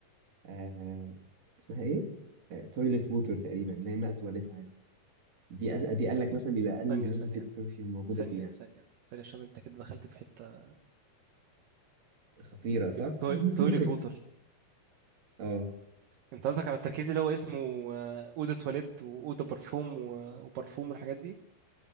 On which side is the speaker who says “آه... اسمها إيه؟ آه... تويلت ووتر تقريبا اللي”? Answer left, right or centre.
Right